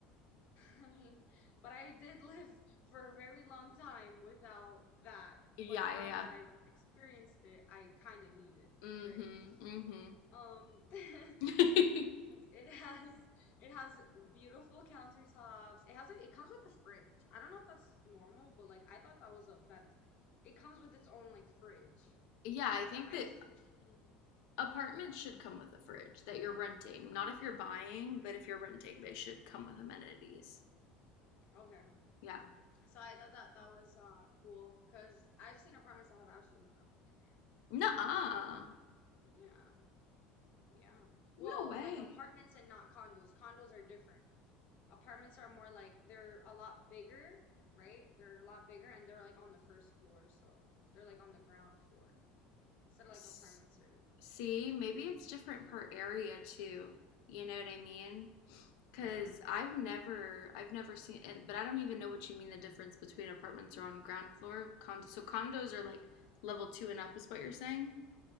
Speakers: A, on the left; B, on the left.
A: <laughs> I mean, but I did live for a very long time without that.
B: Yeah,
A: But now
B: yeah, yeah.
A: that I've experienced it, I kind of need it,
B: Mm-hmm.
A: right? Um, <laughs> and
B: Mm-hmm. <laughs>
A: it has it has beautiful countertops. It has a it comes with a fridge. I don't know if that's normal, but like I thought that was a benefit. It comes with its own like fridge,
B: Yeah, I
A: like
B: think
A: a ice
B: that
A: machine.
B: apartments should come with a fridge that you're renting. Not if you're buying, but if you're renting, they should come with amenities.
A: Okay.
B: Yeah.
A: So I thought that that was uh cool because I've seen apartments that have absolutely nothing in
B: Nuh-uh.
A: there. Yeah, Yeah.
B: No
A: Well,
B: way.
A: like apartments and not condos. Condos are different. Apartments are more like they're a lot bigger, right? They're a lot bigger and they're like on the first floor, so they're like on the ground floor. Instead of
B: S-
A: like apartments are
B: See, maybe
A: yeah.
B: it's different per area too. You know what I mean? Because
A: Yeah.
B: I've never, I've never seen it, but I don't even know what you mean the difference between apartments are on ground floor. Condo, so condos are like level two and up, is what you're saying?